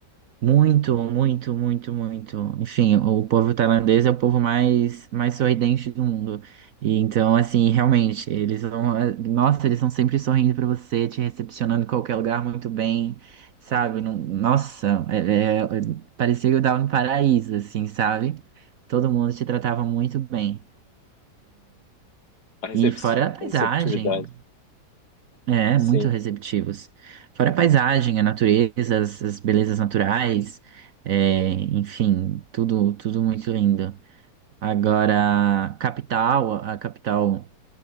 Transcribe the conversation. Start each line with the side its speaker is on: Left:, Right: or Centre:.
Right: muito, muito, muito, muito. Enfim, o povo tailandês é o povo mais, mais sorridente do mundo. E então, assim, realmente, eles vão nossa, eles estão sempre sorrindo pra você, te recepcionando em qualquer lugar muito bem, sabe? Não- nossa, é- é- parecia que eu tava no paraíso, assim, sabe? Todo mundo te tratava muito bem.
Left: A recepti-
Right: E fora a paisagem,
Left: a receptividade.
Right: é,
Left: Sim,
Right: muito receptivos. Fora a paisagem, a natureza, as, as belezas naturais, é, enfim, tudo, tudo muito lindo. Agora, capital, a capital,